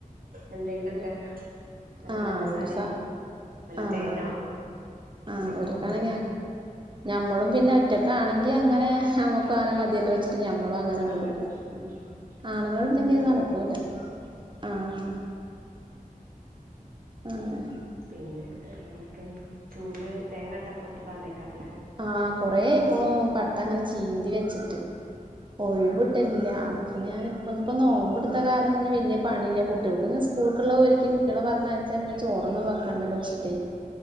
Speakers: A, on the right (about 75°); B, on the right (about 35°).
A: എന്തെങ്കിലൊക്കെ
B: പിന്നെ
A: നല്ല
B: അഹ
A: പഞ്ചസാരയും
B: ഒപ്പിക്കാ
A: നല്ല
B: ആഹ്
A: തേനോ
B: ആഹ്
A: എന്തെങ്കിലൊക്കെ
B: ഒരുക്കാണെങ്കെ
A: കൊടുത്തിട്ട്
B: ഞമ്മളും പിന്നെ ഒറ്റക്കാണെങ്കി അങ്ങനെ നമ്മുക്ക് അങ്ങനെ മതി എല്ലാം വെച്ചിട്ട്ഞമ്മളും അങ്ങനെണ്ട്
A: ആ
B: എടുക്കും
A: മതി ഉം
B: ആണുങ്ങൾ
A: അങ്ങനെയൊക്കെണ്ടൊപ്പിക്കും
B: ഉണ്ടെങ്കി അത് നടക്കൂല ആഹ്
A: ഉം
B: അങ്ങനെ
A: പിന്നെ എന്തൊക്കെ ചൂല് തേങ്ങ ഇട്ടപ്പൊ ഇട്ടതന്നേക്കാറല്ലേ
B: ആഹ് കൊറെ ആയിക്കണു പട്ട അങ്ങനെ ചീന്തി വെച്ചിട്ട് ഒഴിവിട്ടിലില്ല
A: ആഹ്
B: ഇപ്പൊ ഞാനിപ്പൊന്നപ്പോ നോമ്പടുത്ത കാരണം വല്യ പണില്ല കുട്ടികൾക്ക്‌ പിന്ന സ്കൂൾക്കുള്ള ഒരുക്കി കുട്ടികളെ പറഞ്ഞയച്ചാ പിന്ന ചോറൊന്നും വെക്കണ്ടല്ലോച്ചിട്ടേ.